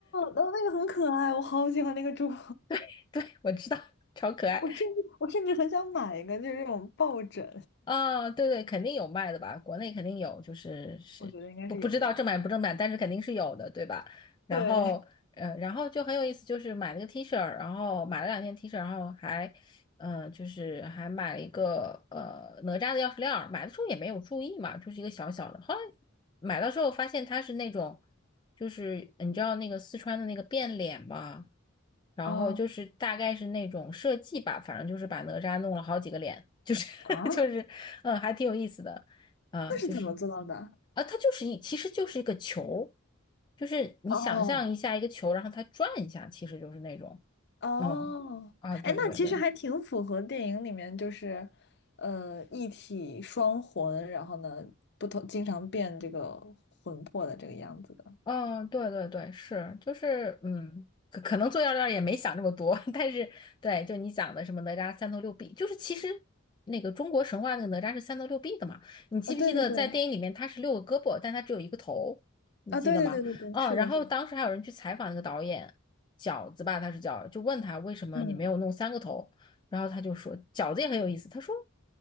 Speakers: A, on the left; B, on the left.
A: 那那个很可爱，我好喜欢那个猪，<laughs>
B: <laughs> 对，我知道，超可爱。
A: 我甚至我甚至很想买一个，就是这种抱枕，
B: 啊、对对，肯定有卖的吧，国内肯定有，就是是不不知道正版不正版，
A: <laughs> 我觉得应该是有的。
B: 但是肯定是有的，对吧？然后，
A: 对，
B: 呃，然后就很有意思，就是买了个 T 恤儿，然后买了两件 T 恤然后还嗯，就是还买了一个呃哪吒的钥匙链儿，买的时候也没有注意嘛，就是一个小小的。后来买到之后发现它是那种，就是你知道那个四川的那个变脸吧，然后就是大概是那种设计吧，
A: 啊
B: 反正就是把哪吒弄了好几个脸，就是
A: 啊，
B: <laughs> 就是嗯，还挺有意思的啊，
A: 那是怎么做到的？
B: 就是啊，它就是一其实就是一个球，就是你想象一下一个球，
A: 哦，
B: 然后它转一下，其实就是那种
A: 哦，
B: 嗯啊，对对对。
A: 哎，那其实还挺符合电影里面就是，呃，一体双魂，然后呢，不同经常变这个魂魄的这个样子的。
B: 嗯，对对对，是，就是，嗯，可可能做药料也没想这么多，<laughs> 但是对，就你讲的什么哪吒三头六臂，就是其实那个中国神话那个哪吒是三头六臂的嘛，你记不记得在电影里面他是六个胳膊，
A: 啊，对对对，
B: 但他只有一个头，你记得吗？
A: 啊，对对对对对，
B: 啊，
A: 是的，
B: 然后当时还有人去采访那个导演饺子吧，
A: 是的。
B: 他是叫，就问他为什么你没有弄三个头，
A: 嗯，
B: 然后他就说饺子也很有意思，他说